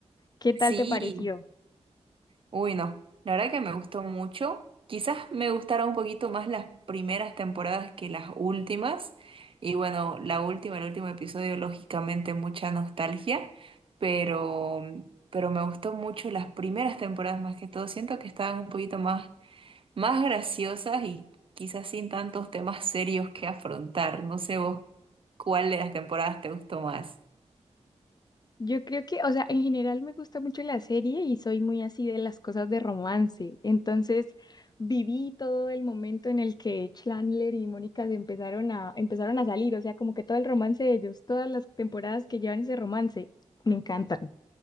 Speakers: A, on the left; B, on the right.
A: ¿Qué tal
B: Sí.
A: te pareció?
B: Uy, no, la verdad que me gustó mucho. Quizás me gustaron un poquito más las primeras temporadas que las últimas. Y bueno, la última, el último episodio, lógicamente mucha nostalgia, pero, pero me gustó mucho las primeras temporadas más que todo. Siento que estaban un poquito más, más graciosas y quizás sin tantos temas serios que afrontar. No sé vos cuál de las temporadas te gustó más.
A: Yo creo que, o sea, en general me gusta mucho la serie y soy muy así de las cosas de romance. Entonces, viví todo el momento en el que Chandler y Mónica se empezaron a, empezaron a salir, o sea, como que todo el romance de ellos, todas las temporadas que llevan ese romance, me encantan,